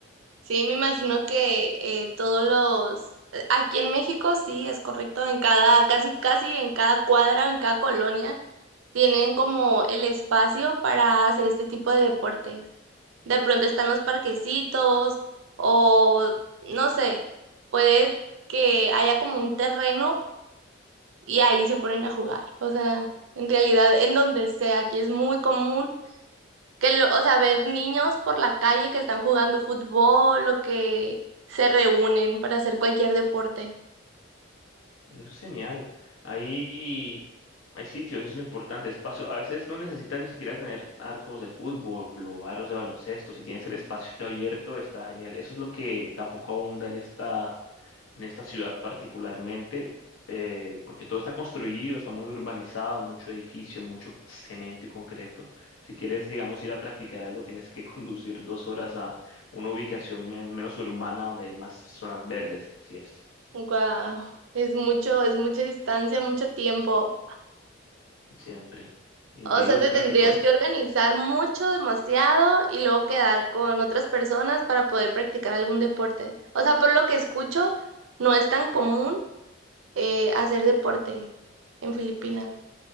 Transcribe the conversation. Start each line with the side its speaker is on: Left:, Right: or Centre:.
Right: Sí, me imagino que eh, todos los... eh, Aquí en México, sí, es correcto. En cada, casi, casi en cada cuadra, en cada colonia, tienen como el espacio para hacer este tipo de deportes. De pronto están los parquecitos o, no sé, puede que haya como un terreno y ahí se ponen a jugar. O sea, en realidad, en donde sea, aquí es muy común que, lo, o sea, ver niños por la calle que están jugando fútbol o que se reúnen para hacer cualquier deporte.
Left: Eso es genial. Ahí hay sitios, eso es lo importante, espacio. A veces no necesitas ni siquiera tener arcos de fútbol o aros de baloncesto. Si tienes el espacio abierto, está genial. Eso es lo que tampoco abunda en esta, en esta ciudad particularmente, eh, porque todo está construido, está muy urbanizado, mucho edificio, mucho cemento y concreto. Si quieres, digamos, ir a practicar algo, tienes que <laughs> conducir dos horas a una ubicación men- menos urbana donde hay más zonas verdes y esto.
Right: Wow, es mucho, es mucha distancia, mucho tiempo.
Left: siempre. Y
Right: O
Left: te digo
Right: sea,
Left: el
Right: te
Left: tráfico,
Right: tendrías
Left: ¿eh?
Right: que organizar mucho, demasiado, y luego quedar con otras personas para poder practicar algún deporte. O sea, por lo que escucho, no es tan común eh, hacer deporte en Filipinas.